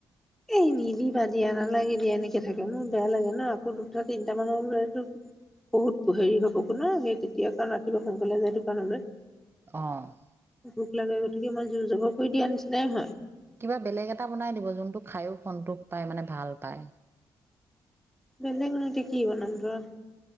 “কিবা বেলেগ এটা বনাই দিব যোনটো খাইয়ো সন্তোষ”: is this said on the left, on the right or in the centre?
Right